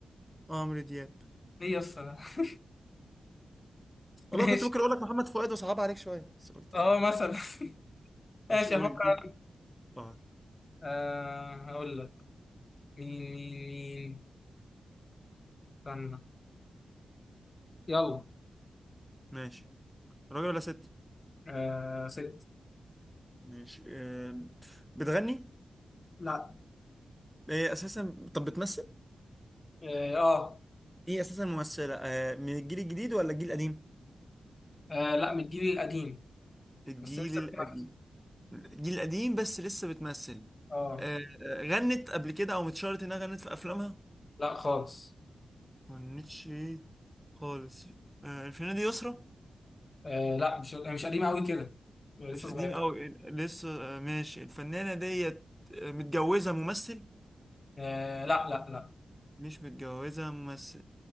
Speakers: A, in the centre; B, on the left (about 30°).
A: اه عمرو دياب
B: ليه يا اسطى <laughs>
A: والله
B: ماشي
A: كنت ممكن اقول لك محمد فؤاد وصعب عليك شويه بس قلت
B: اه
A: آه.
B: مثلا <laughs> ماشي
A: ماشي قول
B: هفكر أنا.
A: اه
B: أه هقول لك مين مين مين استنى يلا
A: ماشي راجل ولا ست
B: أه ست
A: ماشي آه. بتغني
B: لا
A: هي اساسا طب بتمثل
B: اه
A: ايه اساسا ممثله آه. من الجيل الجديد ولا الجيل القديم
B: آه، لا من الجيل القديم
A: الجيل
B: بس لسه بتنفس
A: القديم الجيل القديم بس لسه بتمثل
B: اه
A: آه، آه، غنت قبل كده او متشارت انها غنت في افلامها
B: لا خالص
A: ما غنتش ايه خالص آه الفنانة دي يسرا
B: آه لا مش مش قديمة قوي كده لسه
A: مش قديمة
B: صغير
A: أوي لسه آه ماشي الفنانة ديت آه، متجوزة ممثل
B: آه لا لا لا
A: مش متجوزة ممثل